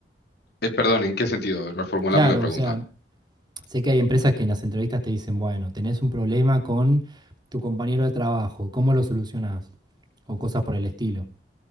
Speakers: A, on the left (about 65°); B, on the right (about 25°).
A: Eh, perdón, ¿en qué sentido? Reformulame
B: Claro,
A: la pregunta.
B: o sea, sé que hay empresas que en las entrevistas te dicen, bueno, tenés un problema con tu compañero de trabajo, ¿cómo lo solucionás? O cosas por el estilo.